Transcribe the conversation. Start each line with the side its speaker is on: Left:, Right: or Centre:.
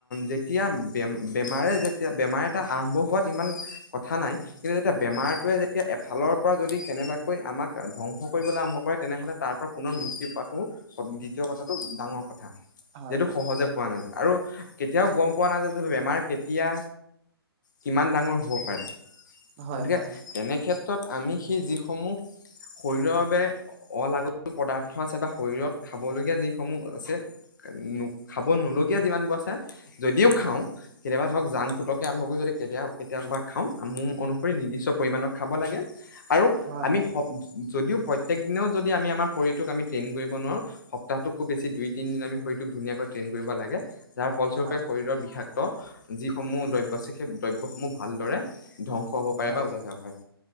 Left: যেতিয়া বে বেমাৰে যেতিয়া বেমাৰ এটা আৰম্ভ হোৱাত ইমান কথা নাই কিন্তু যেতিয়া বেমাৰটোৱে যেতিয়া এফালৰ পৰা যদি কেনেবাকৈ আমাক ধ্বংস কৰিবলৈ আৰম্ভ কৰে তেনেহ'লে তাৰ পৰা পুনৰ মুক্তি পোৱাটো দ্বিতীয় কথাটো ডাঙৰ কথা
Right: হয় হয়
Left: যিহেটো
Right: হয়
Left: সহজে পোৱা নাযায়, আৰু কেতিয়াও গম পোৱা নাযায় যে বেমাৰ। তিয়া। কিমান ডাঙৰ হ'ব পাৰে,
Right: হয়
Left: গতিকে
Right: হয় হয় হয় হয়
Left: তেনেক্ষেত্ৰত। আমি সেই যিসমূহ, শৰীৰৰ বাবে অলাগল পদাৰ্থ আছে বা শৰীৰত খাবলগীয়া যিসমূহ আছে <inaudible> খাব নলগীয়া যিমান বোৰ আছে, যদিও খাওঁ কেতিয়াবা ধৰক জাং ফুটকে আৰম্ভ কৰি যদি <unintelligible> খাম অনুসৰি নিৰ্দিষ্ট পৰিমাণৰ খাব লাগে, আৰু
Right: হয়
Left: আমি স যদিও প্ৰত্যেক দিনেও যদি আমি আমাৰ শৰীৰটোক আমি ট্ৰেইন কৰিব নোৱাৰোঁ, সপ্তাহটোক খুব বেছি দুই তিনিদিন আমি শৰীৰটোক ধুনীয়াকৈ। তেন কৰিব লাগে যাৰ ফলস্বৰূপে
Right: হয়
Left: শৰীৰৰ বিষাক্ত যিসমূহ দ্ৰব্য আছে সেই। দব্যসমূহ ভালদৰে। ধ্ববংস হব পাৰে
Right: হয়
Left: বা ওলাই যাব পাৰে।